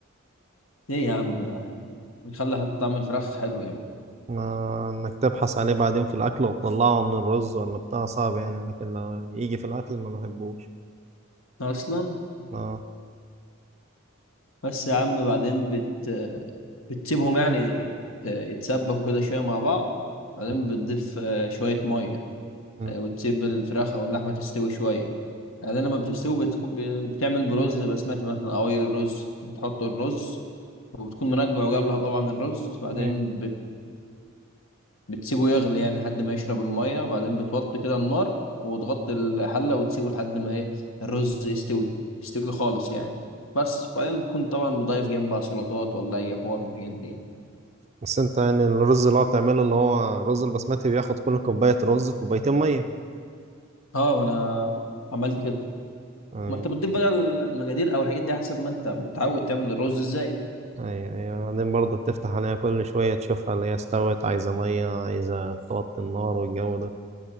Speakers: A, on the left; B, on the right.
A: إيه يا عم ده بيخلي طعم الفراخ حلو يعني
B: ما انك تبحث عليه بعدين في الاكل وتطلعه من الرز ولا بتاع صعب يعني لكن لو يجي في الاكل ما بحبوش
A: أصلا
B: اه
A: بس يا عم بعدين بت... بتسيبهم يعني يت- يتسبكوا كده شوية مع بعض بعدين
B: مم.
A: بتضيف آه، شوية مية
B: مم.
A: آه، وتسيب الفراخ أو اللحمة تستوي شوية بعدين لما بتستوي بتخ... ب- بتعمل برز بسمتي مثلا أو أي رز بتحط الرز وبتكون منقع قبلها طبعا الرز بعدين
B: ايوه
A: بت... بتسيبه يغلي يعني لحد ما يشرب المية وبعدين بتوطي كده النار وتغطي الحلة وتسيبه لحد ما ايه الرز يستوي يستوي خالص يعني بس وبعدين بتكون طبعا مضيف جنبها سلطات ولا اي حوار من الحاجات دي يعني
B: بس انت يعني الرز اللي هو بتعمله اللي هو رز البسمتي بياخد كل كوباية رز كوبايتين مية
A: اه ما انا عملت كده
B: اي
A: ما انت بتضيف بقى المجادير او الحاجات دي حسب ما انت متعود تعمل الرز ازاي
B: ايوه ايوه بعدين برضه بتفتح عليها كل شوية تشوفها اللي هي استوت عايزة مية عايزة توطي النار والجو ده